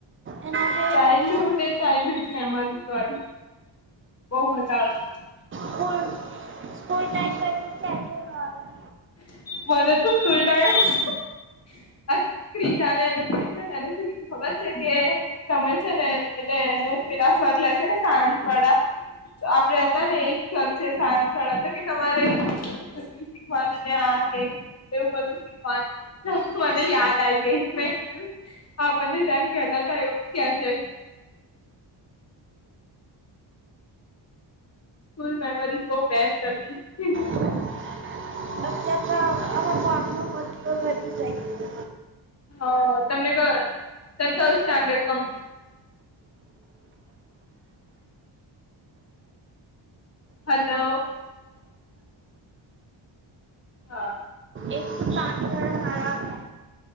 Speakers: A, on the right; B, on the left.
A: એના જેવી
B: ચાઇલ્ડહુડ
A: મજા નહી
B: એ ચાઇલ્ડહુડ મેમોરી તો આય બહુ મજા આવતી,
A: સ્કૂલ સ્કૂલ ટાઈમ <unintelligible> ક્યારેય વારું
B: <unintelligible> ક્રિજા ને એને પૂછ્યું ને એને શું કીધું ખબર છે, કે તમે છે, ને એને પેલા સર લે છે ને સાયન્સ વાળા આપડે હતા એક સાયન્સવાળા હતા કે તમારે શીખવાનું એવું બધું શીખવાનું મને યાદ આવી ગઈ મેં કીધું આપણ એ ટાઈમ કેતા હતા એવું ક્યાં છે? સ્કૂલ મેમોરીઝ બહુ બેસ્ટ કરતી.
A: અત્યાર તો <unintelligible> <unintelligible>
B: હ તમને ક તને કયું સ્ટાન્ડર્ડ ગમ હલો. હા.
A: એકથી પાંચ ધોરણ હારા હતા.